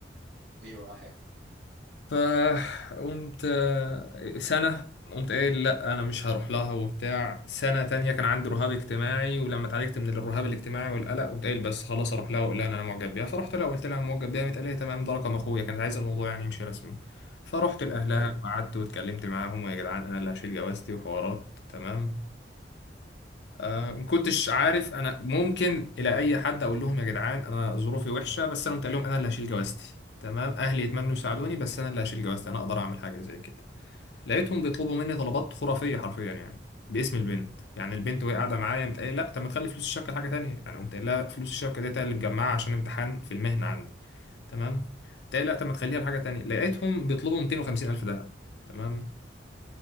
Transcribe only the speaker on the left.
فقمت آه، سنة قمت قايل لا أنا مش هروح لها وبتاع سنة تانية كان عندي رهاب اجتماعي ولما اتعالجت من الرهاب الاجتماعي والقلق قمت قايل بس خلاص أروح لها وأقول لها إن أنا معجب بيها فرحت لها وقلت لها أنا معجب بيها قامت قالت لي تمام ده رقم أخويا كانت عايزة الموضوع يعني يمشي رسمي فرحت لأهلها
وقعدت واتكلمت معاهم ويا جدعان أنا اللي هشيل جوازتي وحوارات تمام آه، ما كنتش عارف انا ممكن الى اي حد اقول لهم يا جدعان انا ظروفي وحشه بس انا قلت لهم انا اللي هشيل جوازتي تمام اهلي يتمنوا يساعدوني بس انا اللي هشيل جوازتي انا اقدر اعمل حاجه زي كده لقيتهم بيطلبوا مني طلبات خرافيه حرفيا يعني باسم البنت يعني البنت وهي قاعده معايا قمت قايل لا طب ما تخلي فلوس الشبكه حاجه تانية يعني قمت قايل لها فلوس الشبكه ديت أنا اللي مجمعها عشان امتحان في المهنه عندي تمام قمت قايل لا طب ما تخليها لحاجه تانية لقيتهم بيطلبوا 250 الف دهب تمام